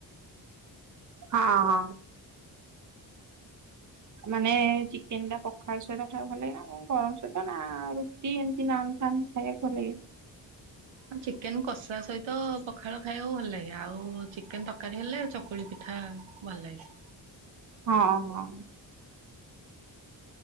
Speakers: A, on the right (about 40°); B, on the right (about 70°).
A: ହଁ ହଁ। ମାନେ ଚିକେନ ଟା ପଖାଳ ସହିତ ଖାଇବାକୁ ଭଲ ଲାଗେ ନା କଁ ଗରମ ସହିତ ନା ରୁଟି ଏମିତି ନାନ୍ ଫାନ୍ ନ୍ ଖାଇବାକୁ ଲାଗେ।
B: ଆଉ ଚିକେନ କଷା ସହିତ ପଖାଳ ଖାଇବାକୁ ଭଲ ଲାଗେ ଆଉ ଚିକେନ ତକାରୀ ହେଲେ ଚକୁଳି ପିଠା। ହଁ ଭଲ ଲାଗେ।
A: <inaudible> ହଁ ହଁ।